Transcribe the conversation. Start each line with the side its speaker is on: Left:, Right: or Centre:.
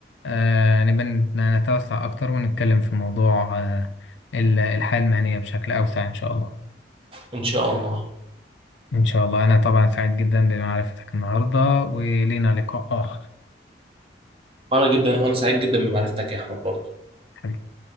Left: آه نبقى نت- نتوسع اكتر ونتكلم في موضوع آه ال- الحياة المهنية بشكل اوسع ان شاء الله
Right: ان شاء الله
Left: ان شاء الله انا طبعا سعيد جدا بمعرفتك النهاردة ولينا لقاء اخر
Right: وانا جدا وانا سعيد جدا بمعرفتك يا احمد برضه
Left: حبيبي.